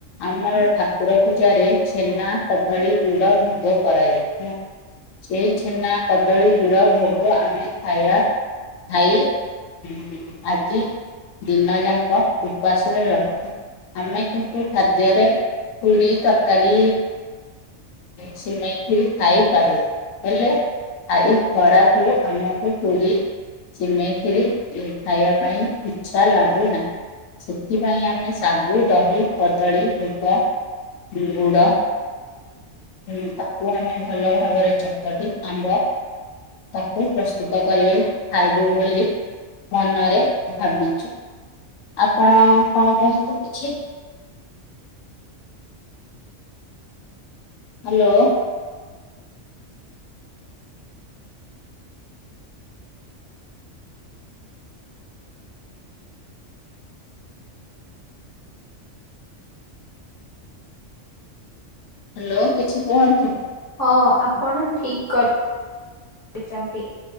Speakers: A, on the left; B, on the left.
A: ଆମର ଠାକୁର ପୂଜାରେ ଛେନା କଦଳୀ ଗୁଡ ଭୋଗ କରାଯାଇଥିଲା। ସେଇ ଛେନା କଦଳୀ ଗୁଡ ଭୋଗ ଆମେ ଖାଇବା ଖାଇ ଆଜି <inaudible> ଦିନ ଯାଙ୍କ ଉପାସ ରହୁ ଆମେ କିନ୍ତୁ ଖାଦ୍ୟରେ ପୁୁରି ତରକାରୀ ସିମାଇ ଖୀରି ଖାଇ ପାରୁ। ହେଲେ ଏଇ ଖରାକୁ ଆମକୁ ପୁରୀ ସିମେଇ ଖୀରି ଖାଇବା ପାଇଁ ଇଛା ଲାଗୁନାହିଁ। ସେଥିପାଇଁ ଆମେ ଶାଗୁ, ଦହି, କଦଳୀ, ଭୋଗ, ଗୁଡ ହୁଁ ତାକୁ ଆମେ ଭଲ ଭାବରେ ଚକଟି ଆମ୍ବ ତାକୁ ପ୍ରସ୍ତୁତ କରିବେ ଖାଇବୁ ବୋଲି ମନରେ ଭାବିଚୁ ଆପଣ ପଣ କଣ କୁହନ୍ତୁ କିଛି? ହାଲୋ। ହାଲୋ କିଛି କୁହନ୍ତୁ।
B: ହଁ ଆପଣ ଠିକ କରି ଚନ୍ତି।